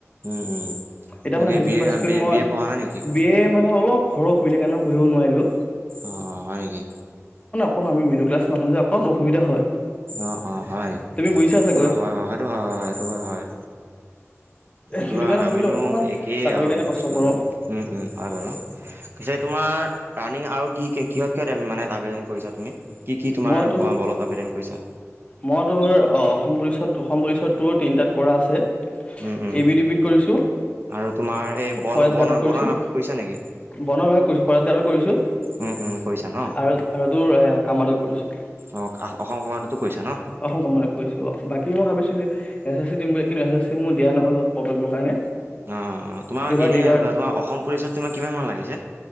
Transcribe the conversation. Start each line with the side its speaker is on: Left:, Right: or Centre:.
Right: উম উম
Left: এতিয়া
Right: বাকী
Left: মানে higher secondary
Right: B A
Left: pass কৰি
Right: বি এ
Left: মই
Right: বি এ পঢ়া নাই নেকি
Left: বি এ মানে অলপ ঘৰৰ অসুবিধা কাৰণে পঢ়িব নোৱাৰিলোঁ।
Right: অ', অ', হয় নেকি?
Left: কণ আমি মিডল ক্লাছ মানুহ যে অকণ অসুবিধা হয়।
Right: অ', অ', হয়
Left: তুমি বুজিছা
Right: সেইটো
Left: চাগৈ
Right: বাউ হয় বাউ, সেইটো হয়, হয়, হয় সেইটো হয়। তুবা
Left: সেইটো কাৰণে ভাবিলোঁ
Right: আমিনো
Left: অকণমান
Right: একেই
Left: চাকৰি
Right: আৰু
Left: কাৰণে কষ্ট
Right: বস্তুবিলাক,
Left: কৰোঁ
Right: উম, উম হয় বাৰু। পিছে তোমাৰ ৰানিং আৰু কি কিহত কিহত মানে আবেদন কৰিছা? তুমি, কি কি তোমাৰ
Left: মই তোৰ
Right: বলত আবেদন কৰিছা?
Left: মই তোৰ অসম পুলিচত, অসম পুলিচতো তিনিটাত কৰা আছে,
Right: উম উম
Left: এ বি ডি বি ত কৰিছোঁ।
Right: আৰু তোমাৰ এই
Left: ফ-ফৰেষ্ট
Right: বন বন
Left: গাৰ্ডত কৰিছোঁ,
Right: বন কৰিছা নেকি
Left: বনৰ বিভাগত কৰিছোঁ, ফৰেষ্ট গাৰ্ডত কৰিছোঁ।
Right: উম উম কৰিছা ন
Left: আৰু, আৰু তোৰ এ কৰিছোঁ
Right: অ অসম কমাণ্ডোটো কৰিছা ন
Left: <unintelligible> কৰিছো অ বাকী মই ভাবিছিলো এছ এছ- দিম বুলি, কিন্তু এছ এছ চি মোৰ দিয়া নহ'ল অলপ প্ৰব্লেমৰ কাৰণে।
Right: অ', অ', তোমাৰ
Left: এইবাৰ
Right: এনে
Left: এইবাৰ
Right: তোমাৰ অসম পুলিচত তোমাৰ কিমান মান লাগিছে?